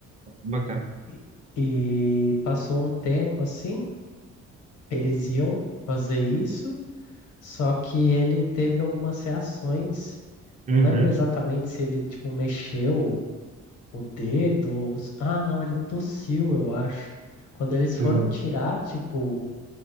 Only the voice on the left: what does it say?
E e passou um tempo assim, Eles iam fazer isso, só que ele teve algumas reações.
Não lembro exatamente se ele, tipo, mexeu o dedo. ou se- Ah, não, ele tossiu, eu acho. Quando eles foram
tirar, tipo,